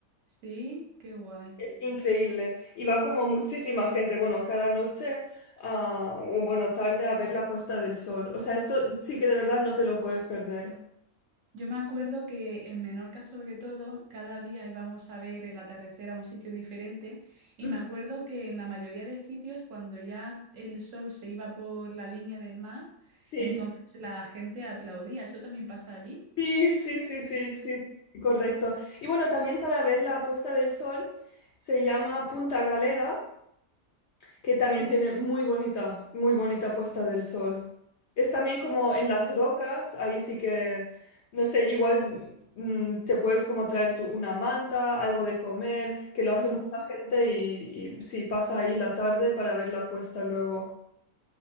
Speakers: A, on the right; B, on the left.
A: Sí, qué guay.
B: Es increíble. Y va como muchísima gente, bueno, cada noche ah, o bueno, tarde a ver la puesta del sol. O sea, esto sí que de verdad no te lo puedes perder.
A: Yo me acuerdo que en Menorca, sobre todo, cada día íbamos a ver el atardecer a un sitio diferente y
B: Ujú.
A: me acuerdo que en la mayoría de sitios, cuando ya el sol se iba por la línea del mar,
B: Sí,
A: entonces la gente aplaudía. ¿Eso también pasa allí?
B: sí, sí, sí, sí, sí, sí, sí, correcto. Y bueno, también para ver la puesta del sol se llama Punta Galera que también tiene muy bonita, muy bonita puesta del sol. Es también como en las rocas, ahí sí que, no sé, igual mm, te puedes como traer tú una manta, algo de comer, que lo hace
A: Ujú.
B: mucha gente y, y sí, pasa ahí la tarde para ver la puesta luego.